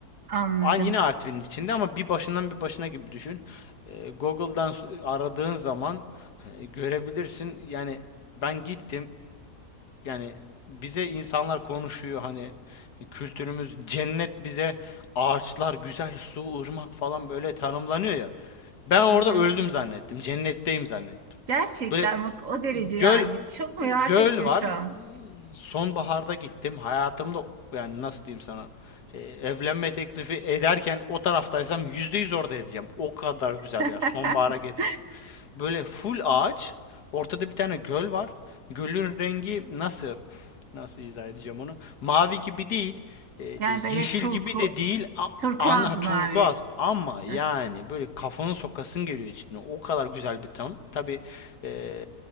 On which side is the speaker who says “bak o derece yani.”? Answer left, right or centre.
Right